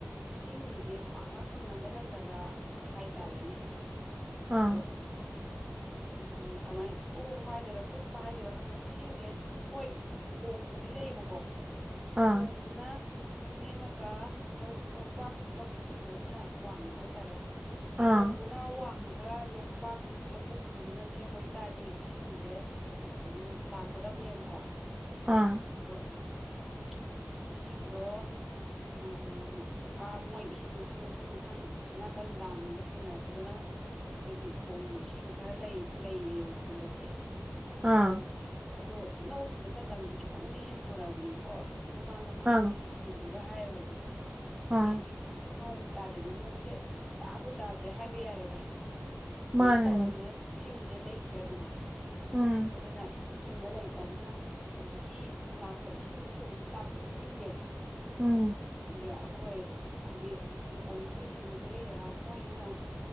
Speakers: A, in the centre; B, on the right.
A: ꯏꯁꯤꯡꯖꯦ ꯄꯥꯛꯅ ꯐꯪꯒꯟꯗꯕ ꯖꯒꯥ ꯍꯥꯏꯇꯥꯔꯦꯅꯦ
B: ꯑꯥ
A: ꯑꯗꯣ ꯎꯝ ꯀꯃꯥꯏ ꯇꯣꯡꯕ ꯍꯥꯏꯗꯣꯏꯔꯥ ꯀꯨꯠꯄ ꯍꯥꯏꯗꯣꯏꯔꯥ ꯈꯪꯗꯦ ꯏꯁꯤꯡꯁꯦ ꯍꯣꯏ ꯈꯣꯡꯕꯨꯗꯤ ꯂꯩꯌꯦꯕꯀꯣ
B: ꯑꯥ
A: ꯈꯣꯡꯗꯨꯅ ꯅꯦꯝꯃꯒ ꯂꯧ ꯂꯧꯄꯥꯛ ꯂꯧꯕꯨꯛꯁꯤꯡꯗꯣ ꯑꯗꯨꯅ ꯋꯥꯡꯕ ꯍꯥꯏꯇꯥꯔꯦ
B: ꯑꯥ
A: ꯈꯣꯡꯗꯣ ꯅꯥ ꯋꯥꯡꯉꯒ ꯂꯧꯄꯥꯛ ꯂꯧꯕꯨꯛꯁꯤꯡꯗꯨꯅ ꯅꯦꯝꯕ ꯑꯣꯏꯇꯥꯔꯗꯤ ꯏꯁꯤꯡꯁꯦ ꯑꯗꯨꯝ ꯂꯥꯛꯀꯗꯕꯅꯦꯕꯀꯣ
B: ꯑꯥ
A: ꯑꯗꯣ <unintelligible> ꯏꯁꯤꯡꯗꯣ ꯎꯝ ꯑꯥ ꯃꯣꯏ ꯏꯁꯤꯡ ꯃꯊꯪ ꯃꯊꯪ ꯃꯊꯪ ꯑꯁꯣꯅꯥꯀꯟ ꯗꯥꯝ ꯂꯣꯝꯗꯩ ꯄꯨꯅꯔꯛꯄꯗꯨꯅ ꯑꯩꯈꯣꯏꯒꯤ ꯊꯣꯡꯗꯣ ꯏꯁꯤꯡ ꯈꯔ ꯂꯩ ꯂꯩꯔꯤꯑꯕꯀꯣ ꯍꯟꯗꯛꯇꯤ
B: ꯑꯥ
A: ꯑꯗꯣ ꯂꯧ ꯍꯨꯟꯕꯩ ꯃꯇꯝꯁꯦ ꯈꯤꯇꯪꯗꯤ ꯍꯦꯟꯇꯣꯔꯛꯑꯕꯅꯦꯕꯀꯣ ꯃꯃꯥꯡ ꯃꯃꯥꯡ
B: ꯑꯥ
A: ꯆꯍꯤꯖꯤꯡ ꯑꯗꯨꯒ ꯍꯥꯏꯔꯨꯔꯗꯤ
B: ꯑꯥ
A: ꯍꯥꯏꯗꯤ ꯍꯧꯖꯤꯛ <unintelligible> ꯅꯣꯡ ꯇꯥꯗꯦꯗ ꯅꯣꯡꯁꯦ ꯁꯨꯡꯇꯥꯕꯨ ꯇꯥꯗ꯭ꯔꯦ ꯍꯥꯏꯕ ꯌꯥꯔꯦꯗ ꯑꯗꯨꯃꯥꯏꯅ
B: ꯃꯥꯅꯦꯅꯦ
A: ꯇꯧꯔꯕꯃꯤꯅ ꯏꯁꯤꯡꯁꯦ ꯂꯩꯇ꯭ꯔꯦꯗꯅ
B: ꯎꯝ
A: ꯑꯗꯨꯅ ꯁꯤꯡꯁꯦ ꯂꯩꯇ꯭ꯔꯅꯤꯅ ꯍꯧꯖꯤꯛꯀꯤ ꯂꯥꯛꯄ ꯏꯁꯤꯡꯗꯣ ꯊꯣꯡꯅ ꯂꯥꯛꯄ ꯏꯁꯤꯡꯁꯦ
B: ꯎꯝ
A: ꯁꯤꯖ ꯑꯩꯈꯣꯏ ꯍꯥꯏꯗꯤ ꯑꯁ ꯃꯇꯝꯁꯦ ꯍꯦꯟꯕꯤꯗ꯭ꯔ ꯌꯥꯔꯔꯣꯏꯅ